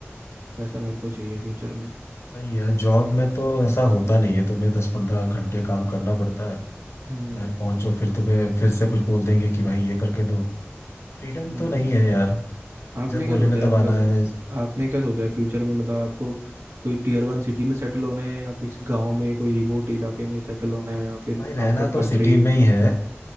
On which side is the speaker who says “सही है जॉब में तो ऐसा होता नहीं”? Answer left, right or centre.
Left